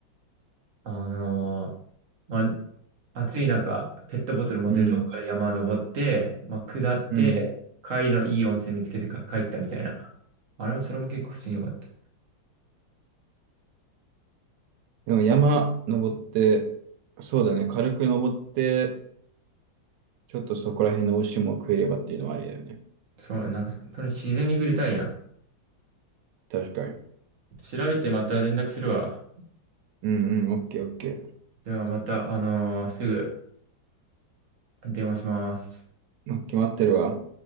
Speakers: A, on the right (about 50°); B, on the right (about 75°).
A: あのーまあ、暑い中、ペットボトル持ってどっから山登って、
B: うん、
A: まあ、下って、
B: うん。
A: 帰りのいい温泉見つけてか帰ったみたいな。あれも、それも結構普通に良かった。
B: でも山登って、そうだね、軽く登って、ちょっとそこら辺の美味しいもの食えればっていうのはありだよね。
A: そう、なんか、その自然に触れたいやん。
B: 確かに。
A: 調べてまた連絡するわ。
B: うんうん、オッケーオッケー。
A: ではまた、あのーすぐ電話します。
B: 決まってるわ。